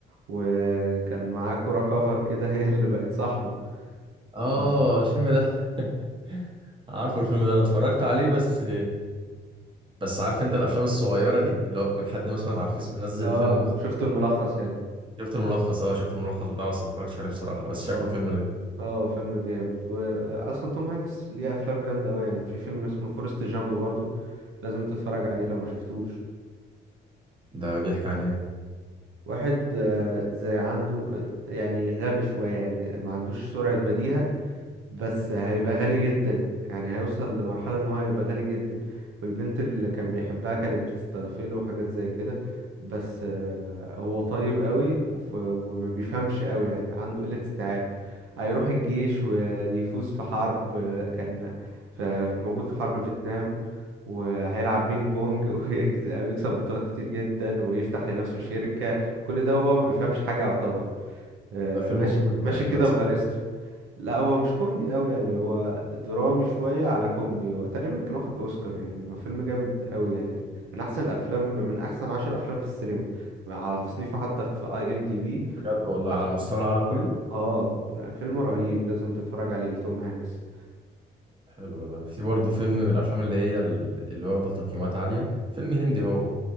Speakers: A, on the right (about 85°); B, on the right (about 25°).
A: وكان معاه كرة كفر كده هي اللي بقت صاحبه
B: اه
A: مم.
B: الفيلم ده <laughs> عارفه الفيلم ده انا اتفرجت عليه بس بس عارف انت الافلام الصغيره دي اللي هو بيكون حد مثلا على الفيس منزل
A: اه
B: الفيلم مخ...
A: شفته الملخص يعني
B: شفت الملخص اه شفت الملخص بتاعه بس ما اتفرجتش عليه بصراحه بس
A: اه <laughs>
B: شكله فيلم
A: فيلم-
B: لذيذ
A: اه فيلم جامد واصلا توم هانكس ليه افلام جامده قوي يعني في فيلم اسمه فورست جامب برضو لازم تتفرج عليه لو ما شفتوش
B: ده بيحكي عن ايه
A: واحد آه، زي عنده آه، يعني غبي شويه يعني آه، ما عندوش سرعه بديهه بس هيبقى غني جدا يعني هيوصل لمرحلة ان هو هيبقى غني جدا والبنت اللي كان بيحبها كانت بتستغفله وحاجات زي كده بس آه، هو طيب قوي وف- وما بيفهمش قوي يعني عنده قلة استيعاب هيروح الجيش ويفوز في حرب آه، كان ف- موجود في حرب فيتنام وهيلعب بينج بونج <laughs> ويكس- ويكسب بطولات كتير جدا ويفتح لنفسه شركة كل ده وهو ما بيفهمش حاجة يعتبر آه،
B: ده فيلم
A: ماشي
B: كوميدي تقريبا
A: ماشي كده
B: صح
A: بغريزته لا هو مش كوميدي قوي يعني هو درامي شوية على كوميدي هو تقريبا كان واخد اوسكار يعني هو فيلم جامد قوي يعني من احسن الافلام من احسن عشر افلام في السينما على تصنيفه حتى في اي ام دي بي
B: بجد والله على
A: احسن
B: مستوى العالم كله
A: اه لا، فيلم رهيب لازم تتفرج عليه لتوم هانكس
B: حلو ده في برضه فيلم من الافلام اللي هي ال- اللي واخده تقييمات عاليه فيلم هندي هو